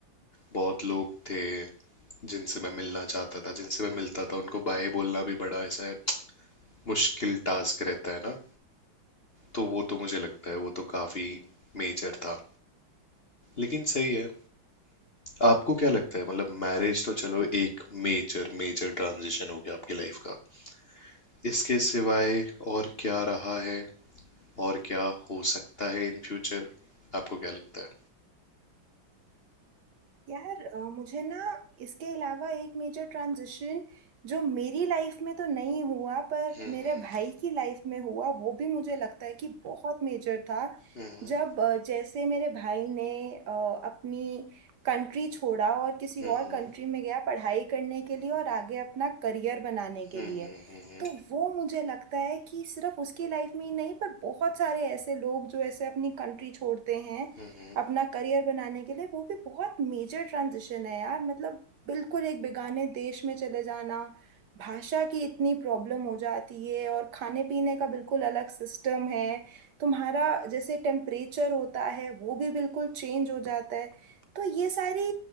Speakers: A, on the left; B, on the right.
A: बहुत लोग थे जिनसे मैं मिलना चाहता था जिनसे मैं मिलता था उनको बाय बोलना भी बड़ा ऐसा मुश्किल टास्क रहता है ना तो वो तो मुझे लगता है वो तो काफी मेजर था लेकिन सही है आपको क्या लगता है मतलब मैरिज तो चलो एक मेजर मेजर ट्रांजिशन हो गया आपकी लाइफ का इसके सिवाय और क्या रहा है और क्या हो सकता है इन फ्यूचर आपको क्या लगता है
B: यार अ, मुझे ना इसके अलावा एक मेजर ट्रांजिशन जो मेरी लाइफ में तो नहीं हुआ पर
A: हम्म
B: मेरे भाई की लाइफ में हुआ वो भी मुझे लगता है कि बहुत मेजर था
A: हम्म
B: जब अ, जैसे मेरे भाई ने अ, अपनी कंट्री छोड़ा और किसी
A: हम्म
B: और कंट्री में गया पढ़ाई करने के लिए और आगे अपना करियर बनाने
A: हम्म
B: के लिए
A: हम्म
B: तो वो मुझे लगता है कि सिर्फ उसकी लाइफ में ही नहीं पर बहुत सारे ऐसे लोग जो ऐसे अपनी कंट्री छोड़ते हैं
A: हम्म
B: अपना करियर बनाने के लिए वो भी बहुत मेजर ट्रांजिशन है यार मतलब बिल्कुल एक बेगाने देश में चले जाना भाषा की इतनी प्रॉब्लम हो जाती है और खाने पीने का बिल्कुल अलग सिस्टम है तुम्हारा जैसे टेम्परेचर होता है वो भी बिल्कुल चेंज हो जाता है तो ये सारी